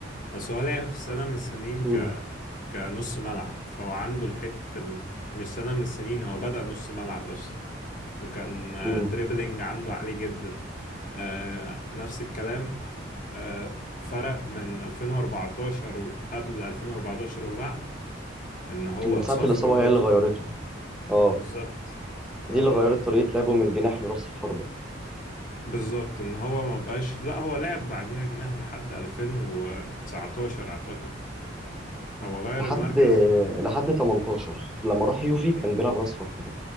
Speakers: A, on the left; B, in the centre.
A: بس هو لعب في سنة من السنين
B: مم.
A: ك... كنص ملعب فهو عنده الحتة ال... مش سنة من السنين هو بدأ نص ملعب أصلا كان آه،
B: مم.
A: دريبلينج عنده عالي جدا آه، نفس الكلام آه، فرق من 2014 وقبل 2014 وبعد ان هو
B: من
A: اتصاب
B: ساعة الإصابة
A: في ركبته
B: هي اللي غيرته اه
A: بالظبط فهو
B: دي اللي غيرت طريقة لعبه من جناح لراس حربة
A: بالظبط ان هو ما بقاش لا هو لعب بعديها جناح لحد 2019 اعتقد هو غير
B: لحد
A: المركز
B: لحد 18 لما راح يوفي كان بيلعب راس حربة